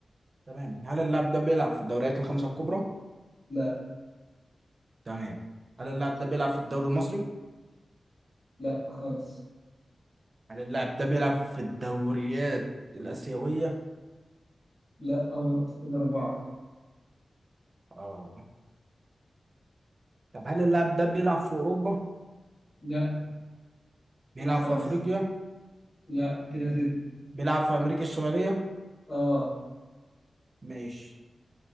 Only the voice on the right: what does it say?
تمام هل اللاعب ده بيلعب في الدوريات الخمسه الكبرى
تمام هل اللاعب ده بيلعب في الدوري المصري
هل اللاعب ده بيلعب في الدوريات الاسيويه
اه طب هل اللاعب ده بيلعب في اوروبا
بيلعب
في افريقيا
بيلعب في امريكا الشماليه
ماشي